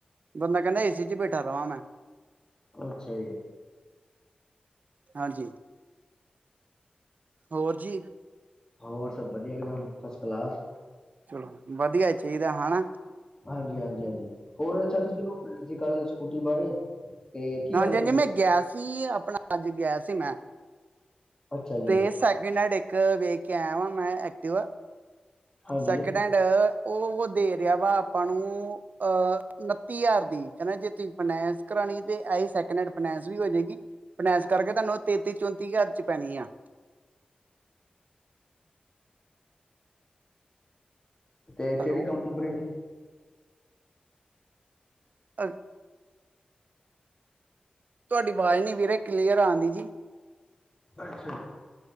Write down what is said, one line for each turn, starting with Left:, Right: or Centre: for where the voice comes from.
Right: ਬੰਦਾ ਕਹਿੰਦਾ, ਏ ਸੀ 'ਚ ਬੈਠਾ ਰਵਾਂ ਮੈਂ
Left: ਅੱਛਾ ਜੀ।
Right: ਹਾਂਜੀ। ਹੋਰ ਜੀ?
Left: ਹੋਰ ਸਭ ਵਧੀਆ ਇਕਦਮ, ਫਸਟ ਕਲਾਸ
Right: ਚਲੋ ਵਧੀਆ ਹੀ ਚਾਹੀਦਾ, ਹੈਣਾ।
Left: ਹਾਂਜੀ- ਹਾਂਜੀ, ਹਾਂਜੀ, ਹੋਰ ਅੱਛਾ ਤੁਸੀਂ ਗਏ ਸੀ ਕੱਲ ਸਕੂਟੀ ਬਾਰੇ? ਤੇ ਕੀ
Right: ਹਾਂਜੀ
Left: ਗੱਲ ਬਣਨੀ
Right: ਹਾਂਜੀ ਮੈਂ
Left: ਸੀ
Right: ਗਿਆ ਸੀ, ਆਪਣਾ ਅੱਜ ਗਿਆ ਸੀ ਮੈਂ,
Left: ਅੱਛਾ ਜੀ
Right: ਤੇ ਸੈਕਿੰਡਡ ਹੈਂਡ ਇੱਕ ਬ ਕਿਹਾ ਆਇ ਵ, ਮੈਂ ਐਕਟਿਵਾ
Left: ਹਾਂਜੀ
Right: ਸੈਕਿੰਡ ਹੈਂਡ, ਉਹ ਦੇ ਰਿਹਾ ਵਾ ਆਪਾਂ ਨੂੰ ਅਹ ਤਤੀ ਹਜ਼ਾਰ ਦੀ, ਕਹਿੰਦਾ ਜੇ ਤੁਸੀਂ ਫਾਈਨੈਂਸ ਕਰਾਉਣੀ, ਤੇ ਇਹ ਸੈਕਿੰਡ ਹੈਂਡ ਫਾਈਨੈਂਸ ਵੀ ਹੋ ਜਾਏਗੀ ਪਨੈਸ ਕਰਕੇ ਤੁਹਾਨੂੰ, ਤੇਤੀ -ਚੌਂਤੀ ਕੁ ਹਜਾਰ 'ਚ ਪੈਣੀ ਆ।
Left: ਤੇ
Right: ਹੈਲੋ
Left: ਕਿਹੜੀ ਕੰਪਨੀ ਦੀ?
Right: ਅ ਤੁਹਾਡੀ ਆਵਾਜ਼ ਨੀ ਵੀਰੇ, ਕਲੀਅਰ ਆਉਂਦੀ ਜੀ
Left: ਅੱਛਾ,